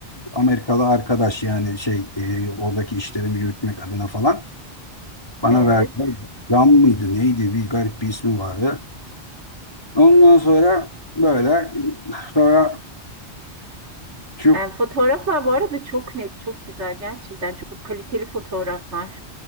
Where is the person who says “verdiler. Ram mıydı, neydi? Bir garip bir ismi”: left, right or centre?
Left